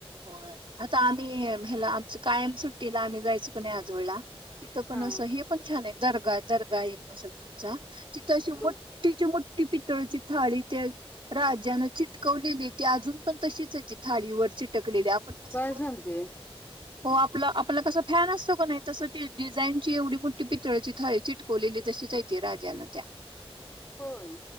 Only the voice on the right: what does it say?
हो आता आम्ही ह्याला आमच कायम सुट्टीला आम्ही जायचो कोण आजवळला तिथं पण
असं हे पण छान आहे दर्गा दर्गा एक मुसलमानचा तिथं अे
मोठ ी मोठी पितळची थाळी त्या राज्याने चट चिकवलेली ती अजून पण तशीच आहे त थाळीवर चिटकलेली आपण कस
हो आपलं आपला कसं फॅन असतो का नाही तसं ती डिझाईनची एवढी मोठी प थाळी चिटकवलेली तशीचयेते राजान त्या